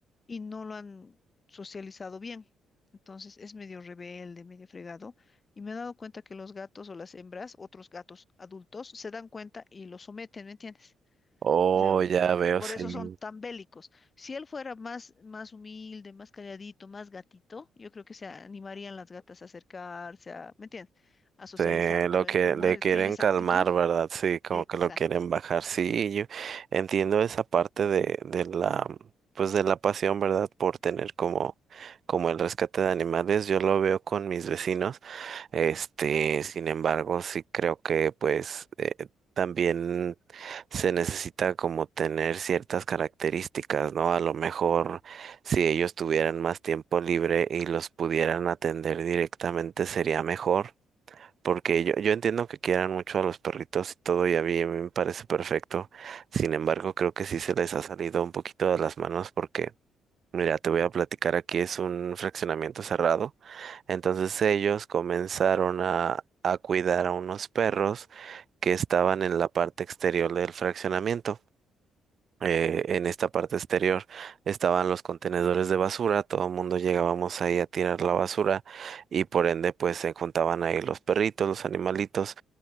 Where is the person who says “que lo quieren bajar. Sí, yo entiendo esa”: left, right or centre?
Right